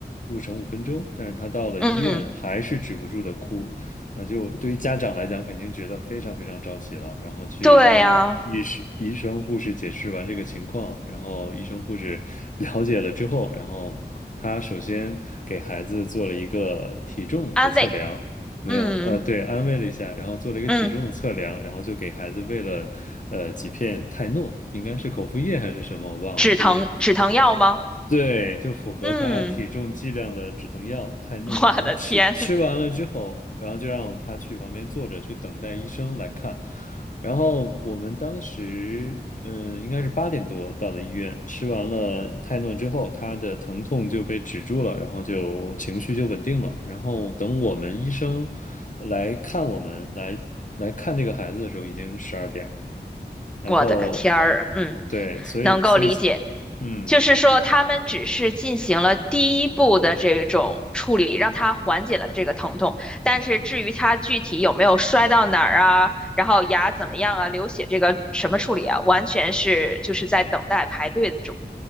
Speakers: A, on the left; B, in the centre.
A: 路程五分钟，但是他到了医院还是止不住的哭。
B: 嗯，
A: 那就对于家长来讲，肯定觉得非常非常着急了，然后去跟医生、
B: 对呀，
A: 医生、护士解释完这个情况，然后医生、护士 <laughs> 了解了之后，然后他首先给孩子做了一个体重的测量，
B: 安慰。
A: 没有，
B: 嗯
A: 呃，对，安慰了一下，然后做了一个体重的测量，
B: 嗯，
A: 然后就给孩子喂了呃几片泰诺，应该是口服液还是什么，我忘了，
B: 止疼止疼药吗？
A: 就是对，就符合他体重剂量的止疼药泰诺，
B: 嗯，<laughs>
A: 然后吃吃完了之后，
B: 我的天。
A: 然后就让他去旁边坐着去等待医生来看。然后我们当时，嗯、应该是八点多到的医院，吃完了泰诺之后，他的疼痛就被止住了，然后就情绪就稳定了。然后等我们医生来看我们来来看这个孩子的时候，已经十二点了。然后，
B: 我的个天儿，嗯，
A: 对，所以所以，
B: 能够理解，
A: 嗯。
B: 就是说他们只是进行了第一步的这种处理，让他缓解了这个疼痛，但是至于他具体有没有摔到哪儿啊，然后牙怎么样啊，流血这个什么处理啊，完全是就是在等待排队中，